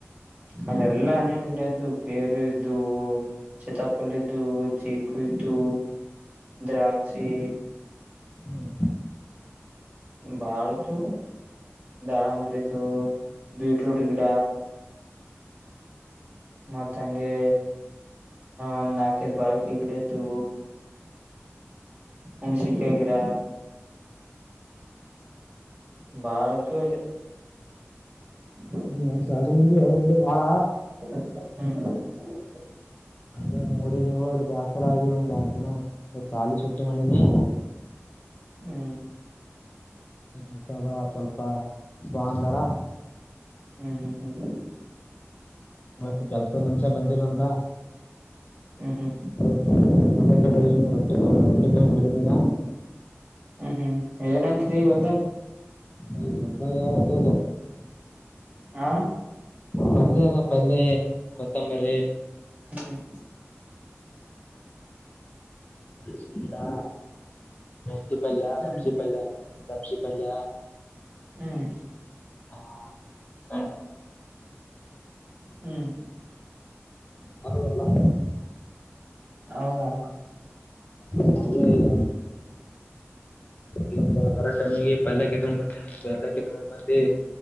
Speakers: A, on the right; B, on the left.
A: ಅಲ್ಲಿ ಎಲ್ಲಾ ಹಣ್ಣಿನ ಗಿಡ ಇದ್ದು ಪೇರು ಇದ್ದು. ಸೀತಾಫಲ ಇದು ಚಿಕೂ ಇದು ದ್ರಾಕ್ಷಿ
B: ಹ್ಮ್
A: ಬಾಳತು ದಾಳಿಂಬ್ರೀ ಇತ್ತು ಬಿಟ್ರೂಟ್ ಗಿಡ ಮತ್ತ್ ಹಂಗೆ ಒಂದ್ ನಾಲ್ಕೈದು ಬಾಳೆಕಾಯಿ ಗಿಡ ಇತ್ತು. ಮೆಣಸಿನಕಾಯಿ ಗಿಡ ಬಾಳ್ ಇದ್ದವೂ ಇಲ್ಲಿ. ಹ
B: ನೀ ಶಾಲಿ ಮಂದಿ ಅವ್ ಬುಡು ಬ್ಯಾಡ.
A: ಹ್ಮ್
B: ಅದೇ ನೋಡಿ ನೋಡಿ ಬ್ಯಾಸರ ಆಗಿ ಒಂದ್ ಎರಡ್ ದಿನೋ ಒ ಸಾಲಿ ಸೊಟ್ಟಿ ಮಾಡಿನಿ
A: ಹ್ಮ್
B: ಹತದ ಸ್ವಲ್ಪ ಭಾನುವಾರ
A: ಹ್ಮ್ ಹ್ಮ್ ಹ್ಮ್
B: ಮತ್ತ ಕೆಲ್ಸಾದ್ ಮಂಷ್ಯ ಬಂದಿಲ್ಲ ಅಂತ.
A: ಹ್ಮ್ ಹ್ಮ್
B: ನ ರೊಟ್ಟಿ ರೊಟ್ಟಿ ಕ ನಡಿದೀನಿ ಈಗ
A: ಹ್ಮ್ ಹ್ಮ್ ಏನಾಕರಿ ಒಲ್ದ್
B: ನೀ ಹೊಲ್ದಾಗ ಅದು
A: ಆ
B: ಪಲ್ಯ ಅದ ಪಲ್ಯ ಕೊತ್ತಂಬರಿ.
A: ಹ್ಮ್
B: ಸೀಡಾ ಮೆಂತಿ ಪಲ್ಯ
A: ಹ್ಮ್
B: ಸಬ್ಸಿ ಪಲ್ಯ ಸಬ್ಸಿ ಪಲ್ಯ
A: ಹ್ಮ್
B: ಹಾ ನ
A: ಹ್ಮ್
B: ಹ
A: ಹೌದಾ
B: ಹ ಅವ್ರ ಈಗ ಈ ಬರೋ ಟೈಮಿಗೆ ಪಲ್ಯಕ್ಕಿ ತಗೊಂಡ್ ಬರ್ತೇನಿ ಪಲ್ಲಕ್ಕಿ ತಗೊಂಡ್ ಬಂದಿ